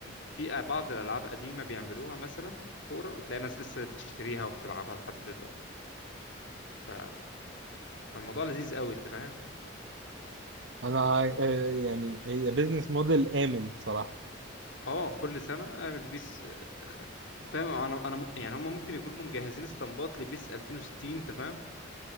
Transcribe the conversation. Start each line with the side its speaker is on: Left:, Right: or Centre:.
Left: في بعض الالعاب قديمه بيعملوها مثلا كوره وتلاقي ناس لسه بتشتريها وبتلعبها لحد دلوقتي ف... فالموضوع لذيذ قوي انت فاهم
Right: انا عاي- آه، يعني هي بيزنس موديل امن الصراحه
Left: اه كل سنه اعمل بيس أخ- انت فاهم انا انا م- يعني هم ممكن يكونوا مجهزين اسطمبات لبيس 2060 انت فاهم